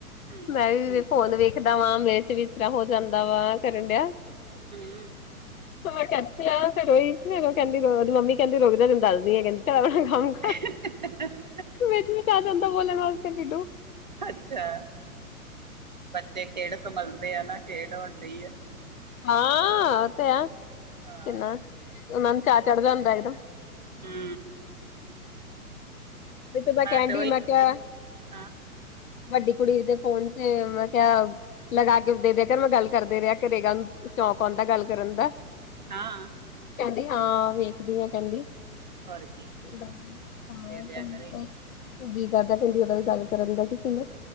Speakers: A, on the right; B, on the left.
A: ਹੂੰ
B: ਮੈਂ ਵੀ ਘੋਣ ਵੇਖਦਾ ਵਾਂ ਵੈਸੇ ਵੀ ਰਾ ਹੋ ਜਾਂਦਾ ਵਾ ਕਰਨ ਡਿਆ
A: ਹੂੰ
B: ਚ ਤੇ ਰੋਈ ਫਿਰ ਉਹ ਕਹਿੰਦੀ ਉਹਦੀ ਮੰਮੀ ਕਹਿੰਦੀ ਰੁਕ ਜਾ ਦੱਸਦੀ ਹੈ ਕਹਿੰਦੀ ਚੱਲ ਆਪਣਾ ਕੰਮ ਕਰ
A: <unintelligible>
B: ਵਿੱਚ ਵਿੱਚ ਵਾ ਜਾਂਦਾ ਬੋਲਣ ਵਾਲਾ ਢਿੱਡੂ
A: ਅੱਛਾ ਬੱਚੇ ਖੇਡ ਸੰਲਦੇ ਆ ਨਾ ਖੇਡ ਹੋਣ ਗਈ ਹੈ
B: ਹਾਂ ਉਹ ਤੇ ਆ ਕਿੰਨਾਂ
A: ਹਾਂ
B: ਨੂੰ ਚਾਹ ਚੜਦਾ ਇਦਾਂ
A: ਹੂ
B: ਉਹੀ
A: ਮੈਂ
B: ਕਹਿਣ
A: ਤੇ
B: ਡਈ
A: ਉਹੀ
B: ਕਿਹਾ
A: ਹਾਂ
B: ਵੱਡੀ ਕੁੜੀ ਦੇ ਫੋਨ ਚ ਮੈਂ ਕਿਹਾ ਲਗਾ ਕੇ ਦੇ ਦੇ ਕਰ ਮੈਂ ਗੱਲ ਕਰਦੇ ਰਿਹਾ ਘਰੇਗਾ ਨੂੰ ਸ਼ੌਂਕ ਆਉਂਦਾ ਗੱਲ ਕਰਨ ਦਾ
A: ਹਾਂ
B: ਕਹਿੰਦੀ ਹਾਂ ਵੇਖਦੀ ਆ ਕਹਿੰਦੀ
A: ਹੋਰ ਕੀ
B: ਹਾਂ
A: ਦੇ ਦਿਆ
B: ਹੋਰ
A: ਕਰੇਗੀ
B: ਜੀ ਕਰਦਾ ਕਹਿੰਦੀ ਉਹਦਾ ਵੀ ਗੱਲ ਕਰਨ ਦਾ ਕਿਸ ਨਾ